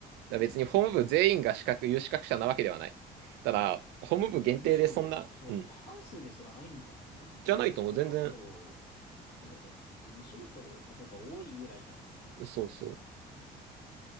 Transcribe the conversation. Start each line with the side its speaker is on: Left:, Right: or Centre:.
Right: ら別に法務部全員が資格、
Left: そうだよね。
Right: 有資格者なわけではない。ただ、法務部限定でそんな、
Left: むしろ、その、
Right: うん。
Left: 過半数ですらないんじゃないなんだって、
Right: じゃないともう全然、
Left: ほとんど、そうだよね。事務仕事の方が多いぐらいだもんね。
Right: そうそう。
Left: な